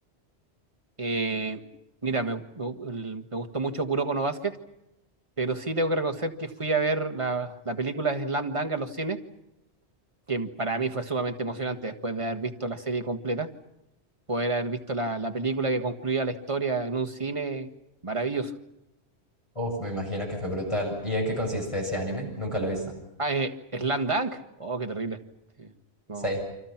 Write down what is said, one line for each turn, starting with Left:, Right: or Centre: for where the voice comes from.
Right: eh, mira, me, me- el- me gustó mucho Kuroko no Basket, pero sí tengo que reconocer que fui a ver la, la película de Slam Dunk en los cines, que para mí fue sumamente emocionante después de haber visto la serie completa, poder haber visto la, la película que concluía la historia en un cine maravilloso.
Left: Uf, me imagino que fue brutal. ¿Y en qué consiste ese anime? Nunca lo he visto.
Right: Ah, eh, Slam Dunk, oh, qué terrible. Sí, No.
Left: Sí.